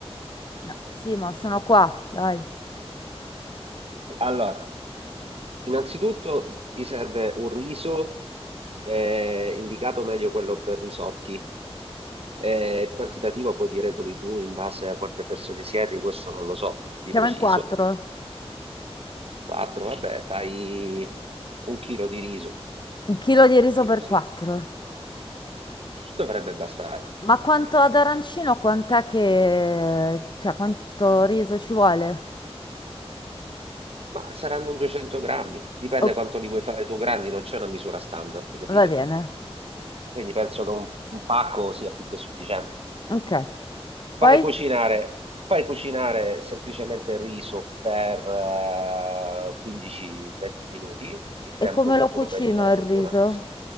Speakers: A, on the left; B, on the right.
A: No, sì, ma sono qua, dai.
B: Allora, innanzitutto ti serve un riso, eh, indicato meglio quello per risotti. Eh, il quantitativo poi ti regoli tu in base a quante persone siete, questo non lo so di
A: Siamo
B: preciso.
A: in quattro.
B: 4, vabbè, fai un chilo di riso.
A: Un chilo di
B: Un
A: riso
B: chilo,
A: per
B: sì.
A: quattro.
B: Dovrebbe bastare.
A: Ma quanto ad arancino, quant'è che... cioè, quanto riso ci vuole?
B: Ma saranno un 200 grammi, dipende
A: O-
B: quanto li vuoi fare tu grandi, non c'è una misura standard, capito?
A: va bene.
B: Quindi penso che un, un pacco sia più che sufficiente.
A: Ok.
B: Fai
A: Poi,
B: cucinare, fai cucinare semplicemente il riso per eh, 15-20 minuti, il tempo
A: e come
B: che
A: lo
B: tu
A: cucino
B: lo vedi dalla
A: il
B: cottura.
A: riso?